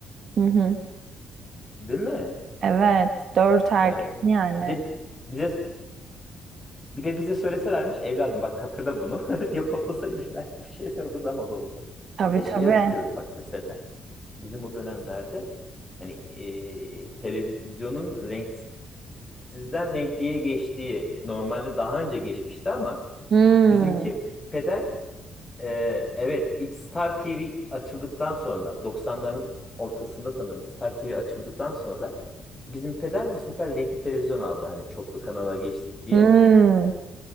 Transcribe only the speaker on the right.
Hı hı.
Evet. Dört erken
yani.
Tabii
tabii.
Hmm.
Hmm.